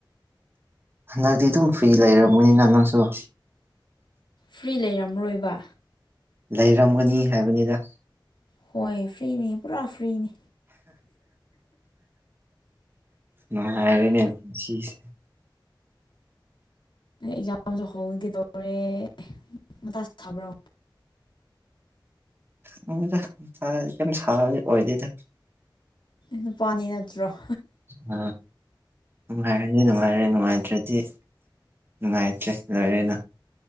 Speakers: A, on the right (about 25°); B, on the left (about 70°).
A: ꯍꯟꯗꯛꯗꯤ ꯑꯗꯨꯝ ꯐ꯭ꯔꯤ ꯂꯩꯔꯝꯃꯃꯣꯏꯅ ꯅꯪꯁꯨ
B: ꯐ꯭ꯔꯤ ꯂꯩꯔꯝꯔꯣꯏꯕ
A: ꯂꯩꯔꯝꯒꯅꯤ ꯍꯥꯏꯕꯅꯤꯗ
B: ꯍꯣꯏ ꯐ꯭ꯔꯤꯅꯤ ꯄꯨꯔꯥ ꯐ꯭ꯔꯤꯅꯤ
A: ꯉꯉꯥꯏꯔꯅꯦ ꯄꯨꯟꯁꯤꯁꯦ
B: ꯑꯦꯛꯖꯥꯝꯁꯨ ꯍꯧꯋꯤꯒꯦꯗꯧꯔꯦ ꯃꯇꯥ ꯁꯥꯕ꯭ꯔꯣ
A: ꯃꯊꯥ ꯀꯩꯌꯝ ꯁꯥꯕꯗꯤ ꯑꯣꯏꯗꯦꯗ
B: ꯅꯨꯄꯥꯅꯤ ꯅꯠꯇ꯭ꯔꯣ
A: ꯎ ꯅꯨꯡꯉꯥꯏꯔꯅꯤ ꯅꯨꯡꯉꯥꯏꯔꯦ ꯅꯨꯡꯉꯥꯏꯇ꯭ꯔꯗꯤ ꯅꯨꯡꯉꯥꯏꯇ꯭ꯔꯦ ꯂꯣꯏꯔꯅ